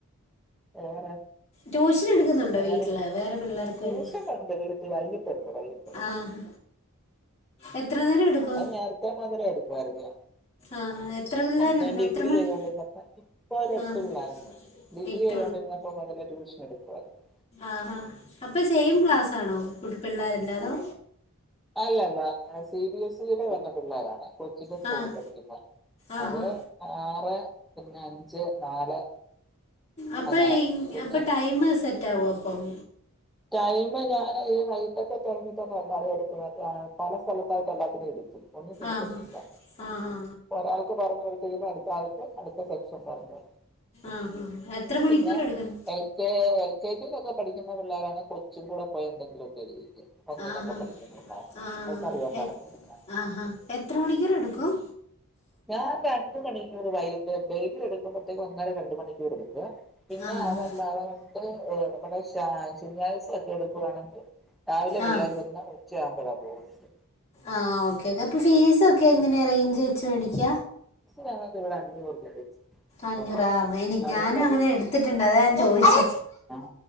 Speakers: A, in the centre; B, on the left.
A: വെറെ
B: ട്യൂഷൻ എടുക്കുന്നുണ്ടോ
A: വേറെ
B: വീട്ടില്
A: ന്നാ
B: വേറെ പിള്ളേർക്ക്
A: ട്യൂഷൻ
B: വല്ലോം
A: ഉണ്ട് വീട്ടിൽ വൈകിട്ടുണ്ട് വൈകിട്ട് <inaudible>
B: ആഹ് എത്ര നേരം എടുക്കും
A: അത് നേരത്തെ മതിര എടുക്കുയിരുന്നു
B: ആഹാ എത്ര പിള്ളേരുണ്ട്
A: ഞാൻ ഡിഗ്രി
B: എത്ര മണി
A: ചെയ്തോണ്ടിരുന്ന ഇപ്പൊ ഒരു എട്ട്
B: ആഹാ
A: പിള്ളേരുണ്ട് ഡിഗ്രി
B: എട്ട്
A: ചെയ്തൊണ്ടിരുന്ന അപ്പം അതല്ല ട്യൂഷൻ എടുക്കുവായിരുന്നു
B: ആഹ് അപ്പൊ സെയിം ക്ലാസ് ആണോ ഫ പിള്ളേർല്ലാതോ
A: അല്ലല്ല സി ബി എസ് ഇടെ വഞ്ഞ പിള്ളോരാണ് കൊച്ചിന്റെ സ്കൂളിൽ
B: ആഹ്
A: പഠിക്കുന്ന
B: ആഹാ
A: അത് ആറ് പിന്നെ അഞ്ച് നാല്
B: അപ്പൊ
A: അങ്ങനെ പിന്നെ
B: അപ്പൊ ടൈം സെറ്റ് ആവ അപ്പം
A: ടൈമ ഞാൻ ഈ വൈകട്ടത്തെ ടൈമിന്നെ എല്ലാവരും എടുക്കുന്നത് പല സ്ഥലത്തായിട്ട് എല്ലാത്തിനും എും ഒന്നു തരുക്കട്ടില്ല
B: ആഹാ ആഹാ
A: ഒരാൾക്ക പറഞ്ഞ വരത്ത അടുത്ത ആൾത്ത് അടുത്ത സെക്ഷൻ പറഞ്ഞഞ്
B: ആഹാ എത്ര മണിക്കൂർ
A: പിന്നെ
B: എടുക്കും
A: എൽ കെ എൽ കെ ജ ഒക്കെ പഠിക്കുന്ന പിള്ളേരാണ് അങ്ങെ കുറച്ചും കൂടെ പോയി എന്തെിലൊക്കെ ചെയ്യ പഞ്ഞൊക്കെ
B: ആഹാ
A: പഠിക്കുന്നള്ള
B: ആഹ്
A: അവക്കറിയാൻ പറഞ്ഞു
B: എ
A: കൊടുക്കാൻ
B: ആഹാ എത്ര മണിക്കൂർ എടുക്കും
A: ഞാൻ രണ്ട മണിക്കൂർ വൈകിട്ട് ഡെയിലി എടുക്കുമ്പോഴത്തേക്ക ഇന്നര രണ്ട മണിക്കൂർ എടുത്ത് പിന്നെ
B: ആഹാ
A: അതല്ല അതുകണ്ട് നമ്മുടെ സ ഒക്കെ എടുക്കുയാണെങ്കിൽ രാവിലെ പിള്ളേർ
B: ആഹ്
A: വന്നാ ഉച്ചയാവുമ്പോഴാണ് പോകുന്നത്
B: ആ ഓക്കേ ഓക്കേ അപ്പൊ ഫീസ ഒക്കെ എങ്ങനെ അറേഞ്ച് വെച്ച് മേടിക്ക
A: ഞങ്ങൾക്ക് ഇവിടെ അഞ്ഞൂറ്
B: അഞ്ഞൂറാ
A: കുറവാ
B: എനി
A: എല്ലായിടത്തും
B: ഞാനും അങ്ങനെ എടുത്തിട്ടുണ്ട് അതാ ഞാൻ ചോദിച്ചു
A: ആ്